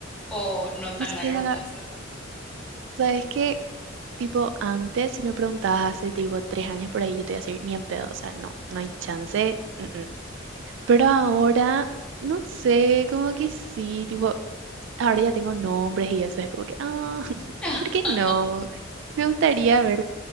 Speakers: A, in the centre; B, on the right.
A: o no tan
B: o sea,
A: largo plazo.
B: ¿sabes qué? Tipo, antes, si me preguntabas hace tipo tres años por ahí, yo te iba a decir, ni en pedo, o sea, no, no hay chance. mm, mm". Pero ahora, no sé, como que sí, tipo. ahora ya tengo nombres y eso es como que, ah, <laughs>
A: <laughs>
B: ¿por qué no? Me gustaría ver,